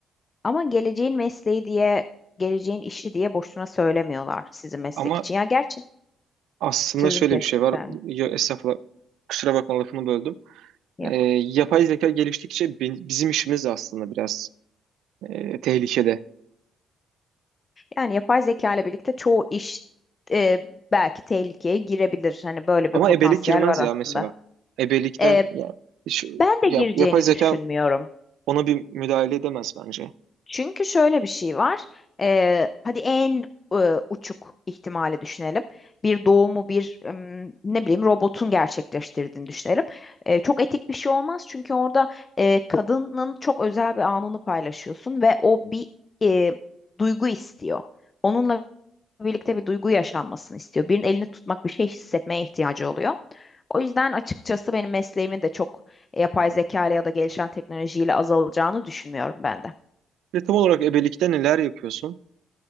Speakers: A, on the left (about 30°); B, on the right (about 80°).
A: ama geleceğin mesleği diye, geleceğin işi diye boşuna söylemiyorlar sizin meslek
B: Ama
A: için. Ya gerçi
B: Aslında
A: sözünü
B: şöyle
A: kestim
B: bir şey var.
A: sen.
B: Ya, estağfurullah. Kusura bakma lafını böldüm.
A: Yok.
B: Ee, yapay zeka geliştikçe bi- bizim işimiz de aslında biraz e, tehlikede.
A: Yani yapay zeka ile birlikte çoğu iş e, belki tehlikeye girebilir. Hani böyle
B: Ama
A: bir potansiyel
B: ebelik girmez
A: var aslında.
B: ya mesela. Ebelikten
A: E,
B: ya, şu,
A: ben de
B: ya-
A: gireceğini
B: yapay zeka
A: düşünmüyorum.
B: ona bir müdahale edemez bence.
A: Çünkü şöyle bir şey var. E, hadi en e, uçuk ihtimali düşünelim. Bir doğumu bir em, ne bileyim robotun gerçekleştirdiğini düşünelim. E, çok etik bir şey olmaz çünkü orada e, kadının çok özel bir anını paylaşıyorsun ve o bir e, duygu istiyor. Onunla birlikte bir duygu yaşanmasını istiyor. Birinin elini tutmak, bir şey hissetmeye ihtiyacı oluyor. O yüzden açıkçası benim mesleğimin de çok e, yapay zeka ile ya da gelişen teknolojiyle azalacağını düşünmüyorum ben de.
B: Ve tam olarak ebelikte neler yapıyorsun?